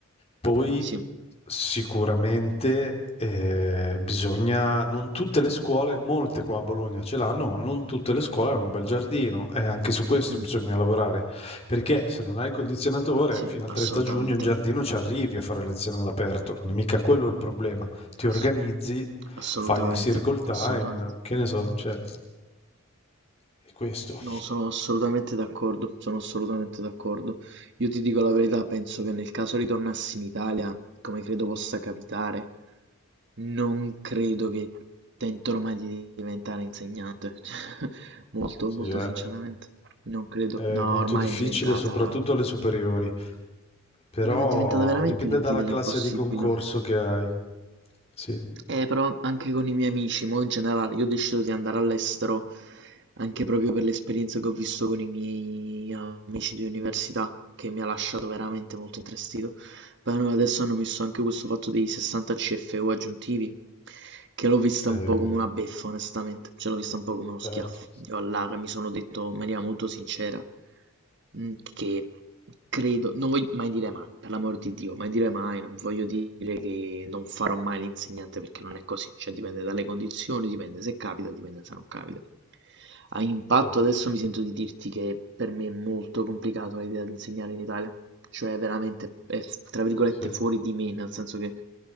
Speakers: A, on the left; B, on the right.
A: Poi
B: Sì,
A: sicuramente eh, bisogna, non tutte le scuole, molte qua a Bologna ce l'hanno, ma non tutte le scuole hanno un bel giardino e anche su questo
B: Mm.
A: bisogna lavorare, perché se non hai il condizionatore,
B: Sì,
A: fino al
B: assolutamente,
A: 30 giugno in giardino ci arrivi a fare lezione all'aperto, non è mica quello il problema. Ti
B: Ass-
A: organizzi,
B: assolutamente,
A: fai dei circle time,
B: assolutamente.
A: che ne so, cioè è questo.
B: No, sono assolutamente d'accordo, sono assolutamente d'accordo. Io ti dico la verità, penso che nel caso ritornassi in Italia, come credo possa capitare, non credo che tenterò mai di diventare insegnante. <laughs> Molto,
A: Sì,
B: molto
A: eh.
B: sinceramente, non credo.
A: È
B: No,
A: molto
B: ormai
A: difficile,
B: è diventata...
A: soprattutto alle superiori, però
B: No, è diventata veramente
A: dipende
B: l'intì
A: dalla
B: dell'impossibile.
A: classe di concorso che hai. Sì,
B: Eh, però anche con i miei amici, mo in generale, io ho deciso di andare all'estero anche proprio per l'esperienza che ho visto con i miei amici di università, che mi ha lasciato veramente molto intristito. Poi hanno- adesso hanno messo anche questo fatto dei 60 CFU aggiuntivi, che l'ho vista
A: eh,
B: un po' come una beffa, onestamente, cioè l'ho vista un po' come uno schiaffo
A: certo,
B: io all'Ara mi sono detto in
A: certo,
B: maniera molto sincera mm, che credo, non voglio mai dire mai, per l'amor di Dio, mai dire mai, non voglio dire che non farò mai l'insegnante perché non è così, cioè dipende dalle condizioni, dipende se capita, dipende se non capita. A impatto
A: certo.
B: adesso mi sento di dirti che per me è molto complicato l'idea di insegnare in Italia. Cioè veramente è f tra virgolette
A: Sì, sì.
B: "fuori di me", nel senso che